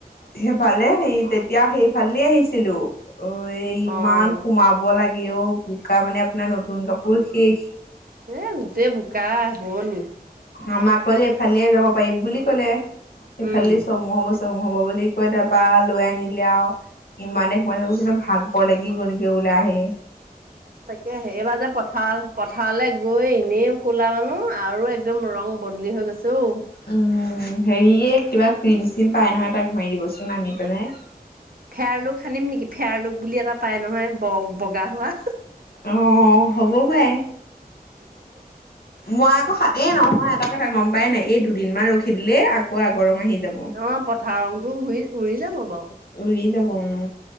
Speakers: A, on the left; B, on the right.
A: সেইফালে সেই তেতিয়া, সেইফালেদি আহিছিলোঁ। অ', এ, ইমান
B: অ'।
A: সোমাব লাগে অ', বোকা মানে আপোনাৰ নতুন কাপোৰ শেষ।
B: এ, গোটেই বোকা হ'ল।
A: আমাক ক'লে, এইফালেদি যাব পাৰিম বুলি ক'লে, এইফালেদি
B: উম।
A: চমু হ'ব চমু চমু হ'ব বুলি কৈ তাৰপৰা, লৈ আনিলে আৰু ইমানে সোমাই যাব লাগে, কি ভাগৰ লাগি গ'ল এতিয়া ওলাই আহি।
B: তাকে, হেৰি এইবাৰ যে, পথাৰ পথাৰলে গৈ এনেই ক'লা হ'লো আৰু একদম ৰং বদলি হৈ গৈছে ঔ।
A: উম, হেৰি, এই কিবা ক্ৰীম- চিম পাই নহয় এটা ঘহি দিবচোন আনি পেলাই।
B: ফেয়াৰলোক সানিম নেকি? ফেয়াৰলোক বুলি এটা পাই নহয় ব- বগা হোৱা।
A: অ', হ'ব পাৰে। মই আকৌ সানি এই নহয়, এটা কথা গম পাই নে নাই এই দুদিনমান ৰখি দিলেই, আকৌ আগৰ ৰং আহি যাব।
B: অ পথাৰ ৰংটো ঘূৰি ঘূৰি যাব বাৰু।
A: উৰি যাব উম।